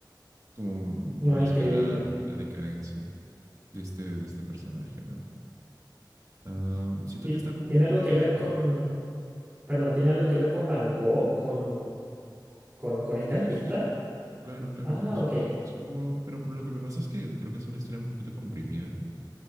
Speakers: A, on the right; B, on the right.
A: como,
B: no,
A: como la
B: increíble.
A: soledad y la decadencia de este, de este personaje, ¿no? Ah, siento
B: Ti-
A: que está como
B: ¿Tiene
A: un
B: algo
A: poquito
B: que
A: resumida.
B: ver con, Perdón, ¿tiene algo que ver con Van Gogh, con, con, con este
A: Sí,
B: artista?
A: sí, sí. Claro, claro,
B: Ah,
A: por eso.
B: ok.
A: Es como, pero lo que me pasa es que creo que es una historia un poquito comprimida,